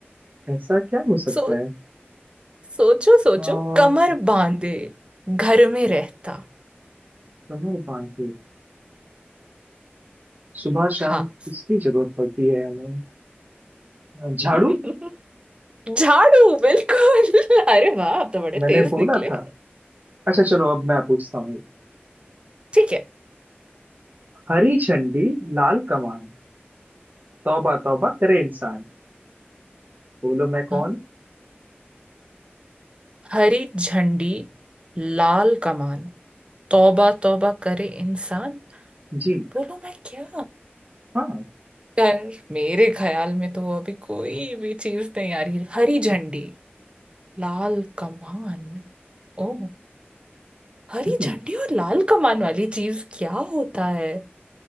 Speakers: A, on the right; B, on the right.
A: ऐसा क्या हो सकता
B: सो
A: है
B: सोचो सोचो
A: हाँ,
B: कमर बांधे घर में रहता
A: कमर बांधे सुबह शाम
B: हाँ
A: किसकी जरूरत पड़ती है हमें झाड़ू
B: <laughs> झाड़ू बिल्कुल अरे वाह आप तो बड़े
A: मैंने
B: तेज
A: बोला
B: निकले
A: था अच्छा चलो अब मैं पूछता हूँ
B: ठीक है
A: हरी झंडी लाल कमान तौबा तौबा करे इंसान बोलो मैं
B: हाँ
A: कौन
B: हरी झंडी लाल कमान तौबा तौबा करे इंसान
A: जी
B: बोलो मैं क्या
A: हाँ
B: यार मेरे ख्याल में तो अभी कोई भी चीज नहीं आ रही हरी झंडी लाल कमान ओ हरी
A: हम्म,
B: झंडी और लाल कमान वाली चीज क्या होता है